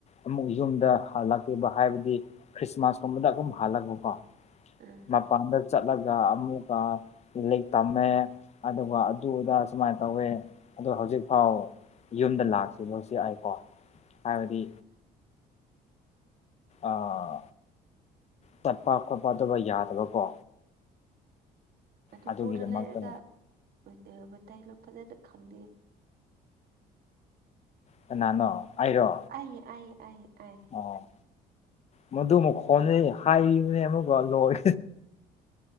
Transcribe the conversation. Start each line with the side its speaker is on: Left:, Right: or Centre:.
Left: ꯑꯃꯨꯛ ꯌꯨꯝꯗ ꯍꯜꯂꯛꯇꯦꯕ ꯍꯥꯏꯕꯗꯤ ꯈ꯭ꯔꯤꯁꯃꯥꯁꯀꯨꯝꯕꯗ ꯑꯗꯨꯝ ꯍꯜꯂꯛꯄꯀꯣ
Right: ꯎꯝ
Left: ꯃꯄꯥꯟꯗ ꯆꯠꯂꯒ ꯑꯃꯨꯛꯀ ꯂꯥꯏꯔꯤꯛ ꯇꯝꯃꯦ ꯑꯗꯨꯒ ꯑꯗꯨꯗ ꯁꯨꯃꯥꯏ ꯇꯧꯋꯦ ꯑꯗꯨ ꯍꯧꯖꯤꯛꯐꯥꯎ ꯌꯨꯝꯗ ꯂꯥꯛꯁꯤꯟꯕꯁꯨ ꯌꯥꯎꯏꯀꫭ ꯍꯥꯏꯕꯗꯤ ꯑꯥ ꯆꯠꯄ ꯈꯣꯠꯄ ꯑꯗꯨꯕꯨ ꯌꯥꯗꯕꯀꯣ
Right: ꯃꯅꯤꯄꯨꯔꯗ
Left: ꯑꯗꯨꯒꯤꯗꯃꯛꯇ
Right: ꯂꯩꯔꯒ ꯃ ꯃꯇꯥꯏ ꯂꯣꯟ ꯐꯖꯅ ꯈꯪꯗꯦ
Left: ꯀꯅꯥꯅꯣ ꯑꯩꯔꯣ
Right: ꯑꯩ ꯑꯩꯌꯦ ꯑꯩꯌꯦ ꯑꯩ
Left: ꯑꫭ ꯃꯥꯗꯨ ꯃꯈꯣꯟꯗꯩ ꯍꯥꯏꯕꯤꯕꯅꯦ ꯑꯃꯨꯛꯀ ꯂꯣꯏ